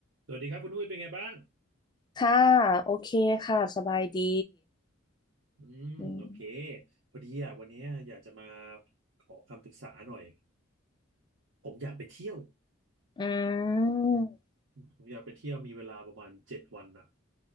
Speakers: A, on the right; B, on the left.
A: สวัสดีครับคุณอุ้ยเป็นไงบ้าง
B: ค่ะโอเคค่ะสบายดี
A: อืมโอเค
B: อืม
A: พอดีอ่ะวันนี้อยากจะมาขอคำปรึกษาหน่อยผมอยากไปเที่ยว
B: อืม
A: ผมอยากไปเที่ยวมีเวลาประมาณเจ็ดวันอ่ะ